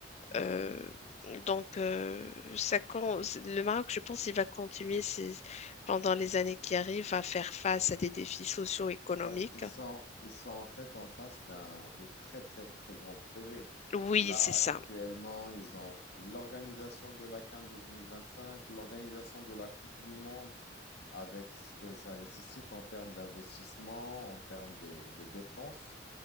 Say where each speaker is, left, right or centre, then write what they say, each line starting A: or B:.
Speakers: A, on the left; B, on the left.
A: oui.
B: Euh, donc, euh, ça, con- le Maroc, je pense, il va continuer ses- pendant les années qui arrivent à faire face à des défis socio-économiques.
A: Parce qu'ils sont, ils sont en fait en face d'un, de très, très, très grands projets.
B: Oui,
A: Là,
B: c'est ça.
A: actuellement, ils ont l'organisation de la CAN 2025, l'organisation de la Coupe du Monde, avec ce que ça nécessite en termes d'investissement, en termes de, de dépenses.